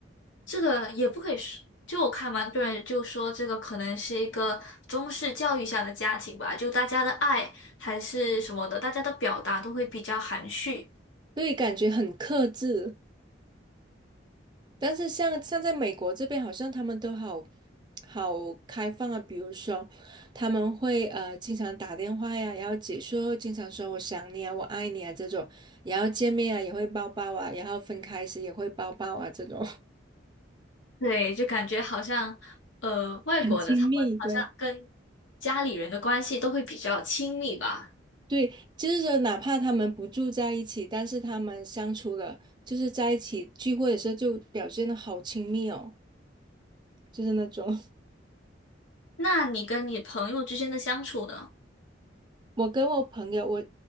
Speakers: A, on the left; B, on the right.
A: 这个也不可以说，就我看完多人就说这个可能是一个中式教育下的家庭吧，就大家的爱还是什么的，大家的表达都会比较含蓄。
B: 对，感觉很克制。但是像像在美国这边，好像他们都好好开放啊。比如说，他们会呃经常打电话呀，然后结束后经常说“我想你啊，我爱你啊”这种，然后见面啊也会抱抱啊，然后分开时也会抱抱啊，这种
A: 对，就感觉好像呃，
B: <laughs>
A: 外国的他们好像跟家里人的关系都会比较亲密吧。
B: 很亲密。对对，就是说哪怕他们不住在一起，但是他们相处了，就是在一起聚会的时候就表现的好亲密哦，就是那种。
A: 那你跟你朋友之间的相处呢？
B: 我跟我朋友，我